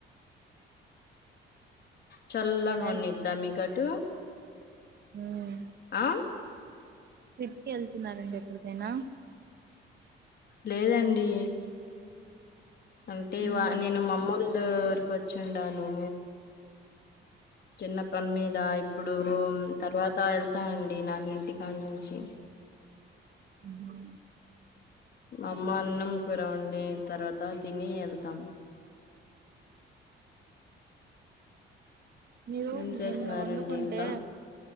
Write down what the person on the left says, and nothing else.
చల్లగా
ఉన్నిద్దా మీకటు
ఆ
లేదండి అంటే
వా నేను మామ్మలో ఉరికి ఓచ్చిండాను చిన్న పని మీద ఇప్పుడు ఇప్పుడు తర్వాత వెళ్తానండి నన్న ఇంటికాడి నుంచి
మా అమ్మ అన్నం కూర వండిం తర్వాత తిని ఎళ్తాం
ఏం చేస్తున్నారండి
ఇంకా